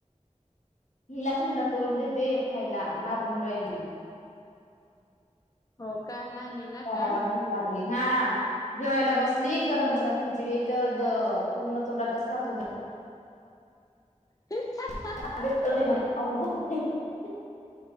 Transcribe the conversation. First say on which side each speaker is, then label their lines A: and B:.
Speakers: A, on the left; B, on the left.
A: हिला थंड करून देते खायला घाबरून राहिली
B: हो का लहानीला
A: स्वराला
B: का
A: भुक लागली ना जेवायला बसली गरम गरम खिचडी तर पूर्ण तोंडातच टाकून
B: ह् <unintelligible>
A: म्ह बघ <unintelligible>